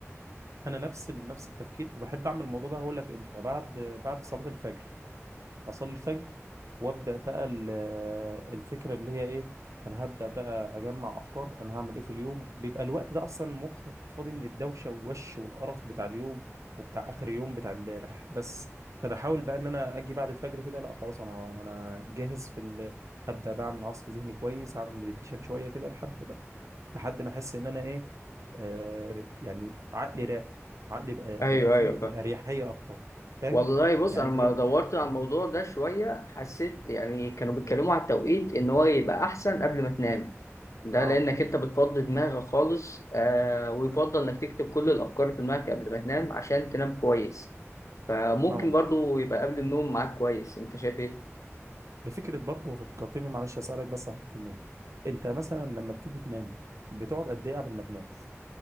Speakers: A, on the right; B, on the left.
A: انا نفس ال- نفس التفكير وبحب اعمل الموضوع ده هقول لك امتى بعد بعد صلاه الفجر اصلي الفجر وابدا بقى ال- الفكره اللي هي ايه انا هبدا بقى اجمع افكار انا هعمل ايه في اليوم بيبقى الوقت ده اصلا مخك فاضي من الدوشه والوش والقرف بتاع اليوم وبتاع اخر يوم بتاع امبارح بس فبحاول بقى ان انا اجي بعد الفجر كده لا خلاص انا انا جاهز في ال... هبدا بقى اعمل عصف ذهني كويس هعمل مديتيشن شويه كده لحد ما لحد ما احس ان انا ايه آه يعني عقلي راق عقلي بقى
B: ايوه
A: بقى فيه
B: ايوه فاهم
A: اريحيه اكتر فاهم
B: والله بص
A: يعني
B: انا
A: انت
B: لما
A: دلوقتي
B: دورت على الموضوع ده شويه حسيت يعني كانوا بيتكلموا على التوقيت ان هو يبقى احسن قبل ما تنام ده
A: اه
B: لانك انت بتفضي دماغك خالص آه ويفضل انك تكتب كل الافكار في دماغك قبل ما تنام عشان تنام كويس فممكن
A: اه
B: برضو يبقى قبل النوم معاك كويس انت شايف ايه
A: بفكره برضه فكرتني معلش اسالك بس على حته النوم انت مثلا لما بتيجي تنام بتقعد قد ايه قبل ما تنام